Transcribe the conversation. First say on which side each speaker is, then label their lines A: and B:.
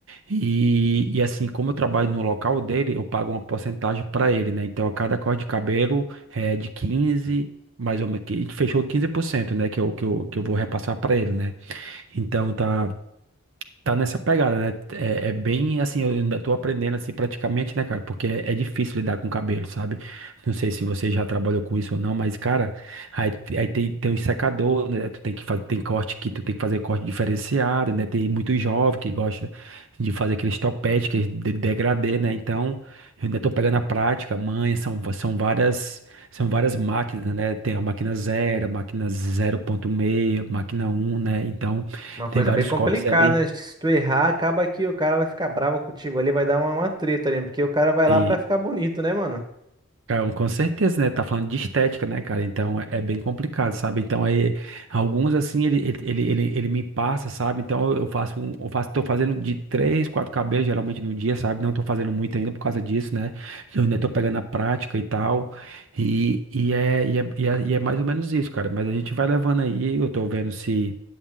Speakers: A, on the right (about 70°); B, on the right (about 20°).
A: E, e assim, como eu trabalho no local dele, eu pago uma porcentagem para ele, né? Então, a cada corte de cabelo é de 15 mais ou menos, que a gente fechou quinze por cento né? Que eu, que eu, que eu vou repassar para ele, né? Então, tá tá nessa pegada, né? É, é bem assim, eu ainda tô aprendendo assim praticamente, né, cara? Porque é, é difícil lidar com cabelo, sabe? Não sei se você já trabalhou com isso ou não, mas, cara, aí, te- aí tem, tem o secador, né? Tu tem que fazer, tem corte que tu tem que fazer corte diferenciado, né? Tem muito jovem que gosta de fazer aqueles topete, que é de degradê, né? Então, eu ainda tô pegando a prática, manha, são, são várias. São várias máquinas, né? Tem a máquina zero, a máquina 0.6, máquina um, né? Então,
B: Uma coisa
A: tem vários
B: bem complicada,
A: cortes ali.
B: né? Acho que se tu errar, acaba que o cara vai ficar bravo contigo ali, vai dar uma, uma treta ali, porque o cara vai lá
A: E,
B: pra ficar bonito, né, mano?
A: cara, com certeza, né? Tá falando de estética, né, cara? Então é bem complicado, sabe? Então aí, alguns assim, ele, ele, ele, ele ele me passa, sabe? Então eu eu faço um, eu faço, tô fazendo de três, quatro cabelos geralmente no dia, sabe? Não tô fazendo muito ainda por causa disso, né? Eu ainda tô pegando a prática e tal. E, e, é, e, é, e é e é mais ou menos isso, cara. Mas a gente vai levando aí, eu tô vendo se,